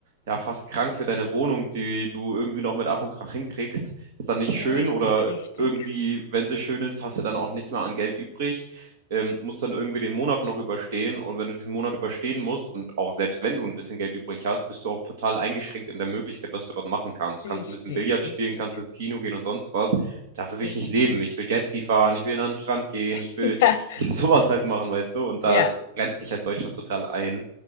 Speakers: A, on the right; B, on the left.
A: ja, fast krank für deine Wohnung, die du irgendwie noch mit Ach und Krach hinkriegst. Ist dann nicht schön
B: Richtig,
A: oder
B: richtig,
A: irgendwie, wenn sie schön ist, hast du dann auch nicht mehr an Geld übrig. Ähm, musst dann irgendwie den Monat noch überstehen. Und wenn du diesen Monat überstehen musst und auch selbst wenn du ein bisschen Geld übrig hast, bist du auch total eingeschränkt in der Möglichkeit, was du dort machen kannst. Du kannst
B: richtig,
A: ein bisschen Billard spielen,
B: richtig,
A: kannst ins Kino gehen und sonst was. Dafür will
B: richtig.
A: ich nicht leben. Ich will Jetski fahren, ich will an den Strand gehen, ich
B: <laughs>
A: will
B: Ja,
A: <laughs> ich will sowas halt machen, weißt du? Und
B: ja.
A: da grenzt dich halt Deutschland total ein.